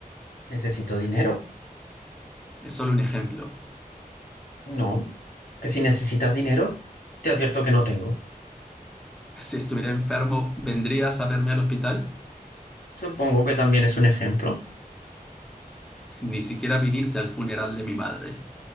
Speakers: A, on the left; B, in the centre.
A: Necesito dinero.
B: Es solo un ejemplo.
A: No. Que si necesitas dinero, te advierto que no tengo.
B: Si estuviera enfermo, ¿vendrías a verme al hospital?
A: Supongo que también es un ejemplo.
B: Ni siquiera viniste al funeral de mi madre.